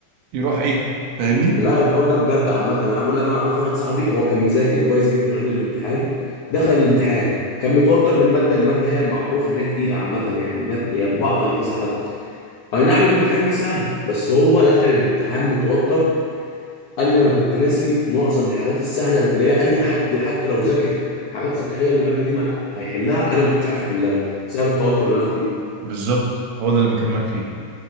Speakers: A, on the right (about 75°); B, on the left (about 75°).
A: فيروح ايه فاهمني
B: لا الحوار ده بجد عامه انا بقول لك انا اعرف واحد صاحبي هو كان مذاكر كويس جدا قبل الامتحان دخل الامتحان كان متوتر من الماده الماده هي معروفه ان هي تقيله عامه يعني إنها- هي بتبعبع على كذا حد اي نعم الامتحان جه سهل بس هو دخل الامتحان متوتر قال لي انا كنت ناسي معظم الحاجات السهله اللي هي اي حد حتى لو ذاكر حاجات سطحيه للماده دي ما هيحلها انا ما كنتش عارف احلها بسبب التوتر اللي انا فيه
A: بالظبط هو ده اللي بكلمك فيه